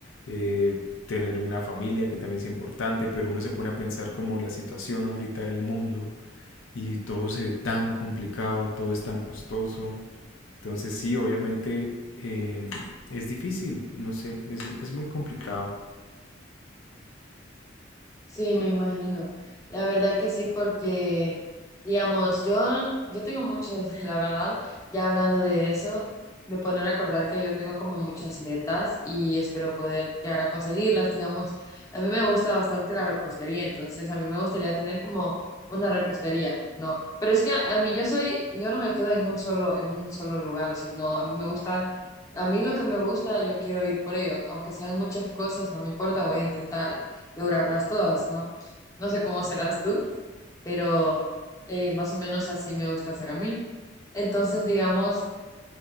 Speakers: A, on the left; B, on the left.
A: eh, tener una familia que también es importante, pero uno se pone a pensar como la situación ahorita del mundo y todo se ve tan complicado, todo es tan costoso. Entonces sí, obviamente em, es difícil, no sé, es, es muy complicado.
B: Sí, me imagino. La verdad que sí, porque, digamos, yo, yo tengo muchos, <laughs> la verdad, ya hablando de eso, me pone a recordar que yo tengo como muchas metas y espero poder llegar a conseguirlas, digamos. A mí me gusta bastante la repostería, entonces a mí me gustaría tener como una repostería, ¿no? Pero es que a, a mí yo soy, yo no me quedo en un solo, en un solo lugar, sino a mí me gusta, a mí lo que me gusta, yo quiero ir por ello, aunque sean muchas cosas, no me importa, voy a intentar lograrlas todas, ¿no? No sé cómo serás tú, pero eh, más o menos así me gusta hacer a mí. Entonces, digamos